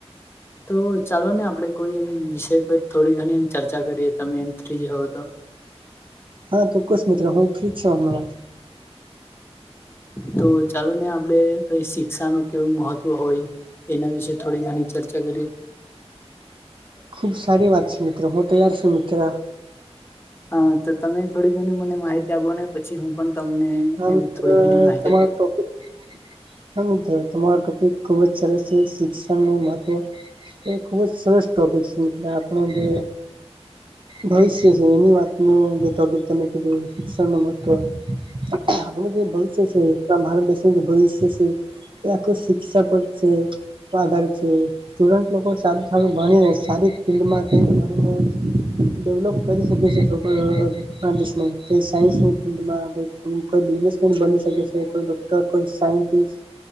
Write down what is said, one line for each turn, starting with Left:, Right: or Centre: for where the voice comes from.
Left: તો ચાલો ને આપડે કોઈ એમ વિષય પર થોડી ઘણી એમ ચર્ચા કરીએ તમે એમ થ્રી જ હોવ તો
Right: હા તો ચોક્કસ મિત્રો હું ફ્રી જ છું હમણાં
Left: તો ચાલો ને આપડે કઈ શિક્ષા નું કેવું મહત્વ હોય એના વિશેે થોડી ઘણી ચર્ચા કરીએ
Right: ખુબ સારી વાત છે મિત્રો હું તૈયાર છું મિત્ર
Left: હા તો તમે થોડી ઘણી મને માહિતી આપો પછી હું પણ તમને
Right: હા
Left: એમ
Right: મિત્ર
Left: થોડી ઘણી માહિતી
Right: તમારા
Left: આપી
Right: ટોપિક હા મિત્રો તમારો ટોપિક ખુબ જ સરસ છે શિક્ષણ નું મહત્વ એ ખુબ જ સરસ ટોપિક છે મિત્ર આપણુ જે ભવિષ્ય છે એની વાતનું જે ટોપીક તમે કીધું શિક્ષણનુ મહત્વ આપણુ જે ભવિષ્ય છે ભારત દેશનું જે ભવિષ્ય છે એ આખુ શિક્ષાક જ છે. તો આઘારિત છે સટુડન્ટલોકો સારું સારું ભણીને સારી ફિલડમાંથી <unintelligible> ડેવલોપ કરી શકે છે તો પણ <unintelligible> સાયન્સની ફિલ્ડમાં હોય. કોઈ બિઝનેસ પણ બની શકે છે કોઈ ડોક્ટર કોઈ સાયન્ટિસ્ટ.